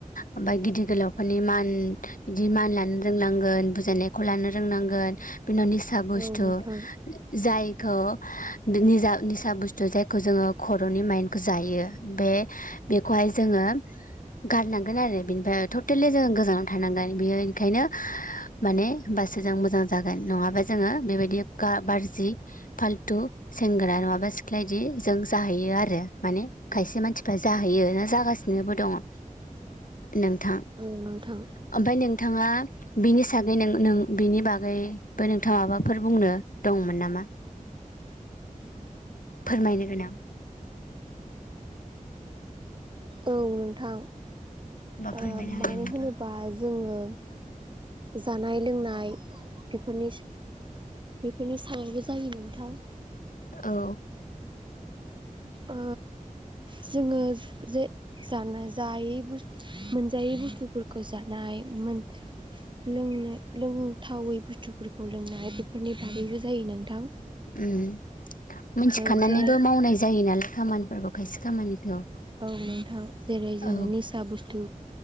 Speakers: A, on the left (about 70°); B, on the right (about 35°).
A: ओमफ्राय गिदिर गोलावफोरनि मान बिदि मान ला नो रोंनांगोन बुजायनायखौ लानो रोंनांगोन। बिनि उनाव निसा बुस्थु
B: औ नोंथां
A: जायखौ निजा निसा बुस्थु जायखौ जोङो खर'नि माइनखौ जायो बे बेखौहाय जोङो गारनांगोन आरो बेनिफ्राय टटेलि जों गोजानाव थानांगोन बेयो ओंखायनो
B: <inaudible>
A: माने होनबासो जों मोजां जागोन नङाबा जोङो बेबायदि गाज्रि फाल्थु सेंग्रा नङाबा सिख्लाया इदि जों जाहैयो आरो। माने खायसे मानसिफ्रा जाहैयो ना जागासिनोबो दङ नोंथां।
B: औ नोंथां
A: ओमफ्राय नोंथाङा बिनि सागै नों नों बिनि बागैबो नोंथाङा माबाफोर बुंनो दंमोन नामा?
B: <inaudible>
A: फोरमायनो गोनां
B: औ नोंथां
A: बा
B: ओ
A: फोरमायनो हागोन
B: मानो
A: नोंथां
B: होनोबा जोङो जानाय लोंनाय बेफोरनि बेफोरनि सायावबो जायो नोंथां।
A: औ।
B: ओ जोंङो जे जानो जायै मोनजायै बुस्थुफोरखौ जानाय मोन लोंनो लोंथावै बुस्थुफोरखौ लोंनाय बेफोरनि बागैबो जायो नोंथां।
A: ओम मिथिखानानैबो
B: ओ जेरै
A: मावनाय जायो नालाय खामानिफोरखौ खायसे खामानिखौ
B: औ नोंथां जेरै जोंङो
A: औ
B: निसा बुस्थु